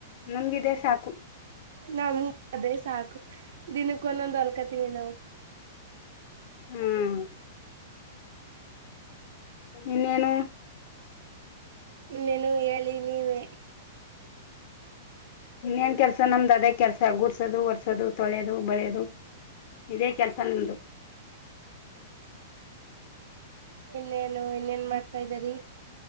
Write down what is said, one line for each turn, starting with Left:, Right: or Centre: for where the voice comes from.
Left: ನಮ್ಗಿದೆ ಸಾಕು
Right: ನಮಗ ಅದೇ ಸಾಕು ದಿನಕ್ಕ ಒಂದೊಂದ ಹೊಲ್ಕತಿವಿ ನಾವು
Left: ಹ್ಮ್ ಇನ್ನೇನು
Right: ಇನ್ನೇನು ಹೇಳಿ ನೀವೇ
Left: ಏನ್ ಕೆಲ್ಸ ಸ ನಮ್ದು ಅದೇ ಕೆಲ್ಸ ಗೂಡ್ಸೋದು ಒರ್ಸೋದು ತೊಳೆಯೋದು ಬಳೆಯೋದು ಇದೇ ಕೆಲ್ಸ ನಮ್ದು
Right: ಇನ್ನೇನು ಇನ್ನೇನ್ ಮಾಡ್ ತಾ ಇದ್ದರಿ